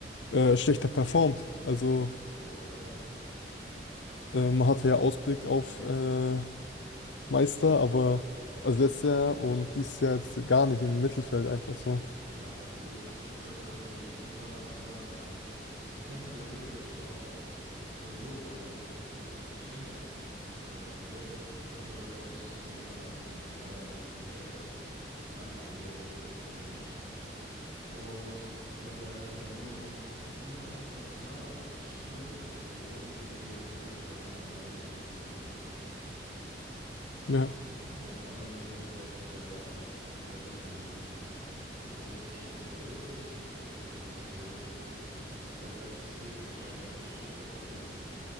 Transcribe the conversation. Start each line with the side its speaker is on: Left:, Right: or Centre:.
Left: äh, schlechter performt. Also
Right: Ja, ja,
Left: äh, man hatte ja Ausblick auf äh, Meister, aber also letztes Jahr und dieses Jahr jetzt gar nicht im Mittelfeld einfach so.
Right: Ja, also Stuttgart kann sich international Also die können theoretisch noch Europa League oder Champions League sich qualifizieren, aber dann müssten die anderen ähm, sechs alle verlieren. Das ist ja unwahrscheinlich. Und die können ja dann nur in, nur noch international spielen, also in Europa League, wenn die DFB-Pokal gegen Arminia Bielefeld gewinnen.
Left: Ja.
Right: Und Arminia Bielefeld ist ja in der dritten Liga. Also ist es schon theoretisch, äh, was heißt theoretisch? Es ist halt extrem wahrscheinlich, dass Stuttgart gewinnt.